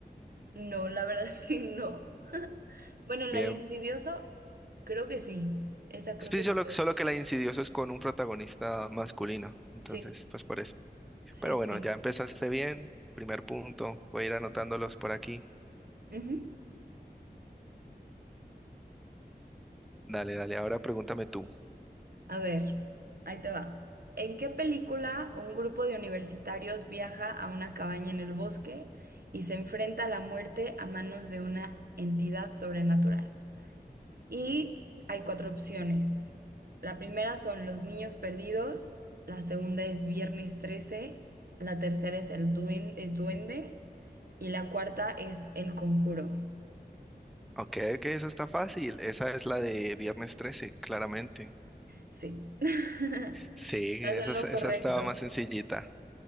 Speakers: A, on the right; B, in the centre.
A: No, la verdad es que no. <laughs> Bueno, la
B: Bien,
A: de Insidioso, creo que sí. Esa creo
B: es pues
A: que
B: solo,
A: sí.
B: solo que la de Insidioso es con un protagonista masculino, entonces
A: Sí,
B: pues por eso.
A: sí,
B: Pero bueno,
A: sí.
B: ya empezaste bien, primer punto, voy a ir anotándolos por aquí.
A: Ujú.
B: Dale, dale, ahora pregúntame tú.
A: A ver, ahí te va. ¿En qué película un grupo de universitarios viaja a una cabaña en el bosque y se enfrenta a la muerte a manos de una entidad sobrenatural? Y hay cuatro opciones. La primera son Los Niños Perdidos, la segunda es Viernes 13, la tercera es el duen- es Duende y la cuarta es El Conjuro.
B: Ok, ok, eso está fácil, esa es la de Viernes 13, claramente.
A: Sí. <laughs> Estás
B: Sí, esa,
A: en lo
B: es- esa
A: correcto,
B: estaba más sencillita.